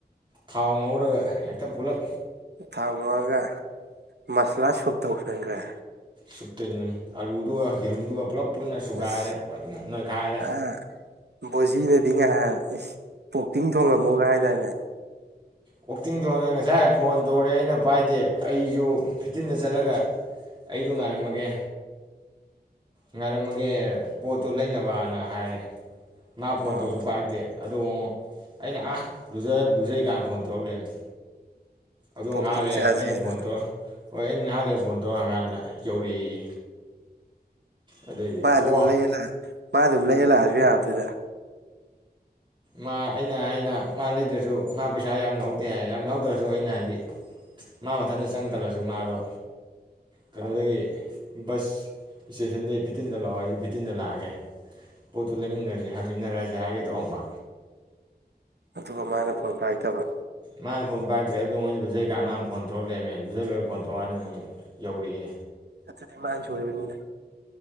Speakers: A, on the right (about 30°); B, on the right (about 80°).
A: ꯊꯥꯎ ꯉꯧꯔꯒ ꯍꯦꯛꯇ ꯄꯨꯂꯞ
B: ꯊꯥꯎ ꯉꯧꯔꯙ ꯃꯁꯥꯂꯥ ꯁꯨꯨꯞ ꯇꯧꯁꯟꯒ꯭ꯔꯦ
A: ꯁꯨꯞ ꯇꯩꯕꯅꯤ ꯑꯂꯨꯗꯨꯒ ꯌꯦꯔꯨꯝꯗꯨꯒ ꯄꯨꯂꯞ ꯄꯨꯟꯅ ꯁꯨꯒꯥꯏꯔꯦ
B: ꯑꯁ
A: ꯐꯖꯅ ꯅꯣꯏꯈꯥꯏꯔꯦ
B: ꯑ ꯕꯣꯖꯤꯅꯗꯤ ꯉꯥꯏꯍꯥꯟ ꯏꯁ ꯄꯣꯛꯇꯤꯡ ꯊꯣꯡꯉꯝ ꯃꯨꯒ ꯍꯥꯏꯗꯥꯏꯅꯦ
A: ꯑꯣꯛꯇꯤꯡ ꯊꯣꯡꯅ ꯉꯁꯥꯏ ꯐꯣꯟ ꯇꯧꯔꯦ ꯑꯩꯅ ꯄꯥꯏꯗꯦ ꯑꯩꯁꯨ ꯐꯤꯐꯇꯤꯟꯗ ꯆꯠꯂꯒ ꯑꯩꯗꯣ ꯉꯥꯏꯔꯝꯃꯒꯦ ꯉꯥꯏꯔꯝꯃꯒꯦ ꯄꯣꯠꯇꯨ ꯂꯩꯅꯕꯅ ꯍꯥꯏꯔꯦ ꯃꯥ ꯐꯣꯟ
B: ꯑꯣ
A: ꯇꯧꯁꯨ ꯄꯥꯔꯛꯇꯦ ꯑꯗꯨꯒ ꯑꯃꯨꯛ ꯑꯩꯅ ꯑꯥ ꯂꯨꯖꯩꯀꯥꯟꯗ ꯐꯣꯟ ꯇꯧꯔꯛ ꯂꯩꯃꯤ ꯑꯗꯣ
B: ꯄꯣꯛꯇꯤꯡ
A: ꯉꯥꯏꯍꯥꯛꯂꯩꯔꯥ
B: ꯆꯥꯖꯦꯅ
A: ꯑꯩꯅ ꯐꯣꯟ ꯇꯧꯔ ꯍꯣꯏ ꯑꯩ ꯉꯍꯥꯛꯂꯩꯔꯥ ꯐꯣꯟ ꯇꯧꯔꯕꯥ ꯍꯪꯒꯟꯗꯥ ꯌꯧꯔꯛꯏ ꯑꯗꯩꯗꯤ
B: ꯃꯥ ꯑꯗꯨꯝ
A: ꯇꯣꯋꯥ
B: ꯂꯩꯔ ꯂꯥꯛ ꯃꯥ ꯑꯗꯨꯝ ꯂꯩꯌꯦ ꯂꯥꯛꯑꯁꯨ ꯌꯥꯔꯗꯨꯗ
A: ꯃꯥ ꯑꯩꯅ ꯍꯥꯏꯅ ꯃꯥ ꯂꯩꯇ꯭ꯔꯁꯨ ꯃꯥ ꯄꯩꯁꯥ ꯌꯥꯝ ꯌꯥꯎꯗꯦ ꯍꯥꯏ ꯌꯥꯏ ꯌꯥꯎꯗ꯭ꯔꯁꯨ ꯑꯩꯅ ꯍꯥꯏꯗꯤ ꯃꯥ ꯃꯊꯟꯇ ꯆꯪ ꯇꯜꯂꯁꯨ ꯃꯥꯗꯣ ꯀꯩꯅꯣꯗꯒꯤ ꯕꯁ ꯏꯁꯇꯦꯁꯟꯗꯒꯤ ꯐꯤꯇꯤꯟꯗ ꯂꯥꯛꯑꯣ ꯑꯩꯁꯨ ꯐꯤꯇꯤꯟꯗ ꯂꯥꯛꯑꯒꯦ ꯄꯣꯠꯇꯨ ꯂꯩꯃꯤꯟꯅꯔꯁꯤ ꯍꯃꯤꯟꯅꯔꯁꯤ ꯍꯥꯏꯒꯦ ꯇꯧꯔꯝꯕ
B: ꯑꯗꯨꯒ ꯃꯥꯅ ꯐꯣꯟ ꯄꯥꯏꯔꯛꯇꯕ
A: ꯃꯥꯅ ꯐꯣꯟ ꯄꯥꯛꯇ꯭ꯔꯦꯕꯗꯣ ꯃꯣꯏ ꯂꯨꯖꯩꯀꯥꯟ ꯃꯥꯅ ꯐꯣꯟ ꯇꯧꯔꯛ ꯂꯩꯔꯝꯃꯦ ꯂꯨꯖꯥ ꯂꯣꯏꯔꯥ ꯐꯣꯅ ꯇꯧꯒꯟꯗ ꯑꯃꯨꯛ ꯌꯧꯔꯛꯑꯦ
B: ꯑꯗꯨꯗꯤ ꯃꯥꯅ ꯁꯣꯏꯕꯅꯤꯅꯦ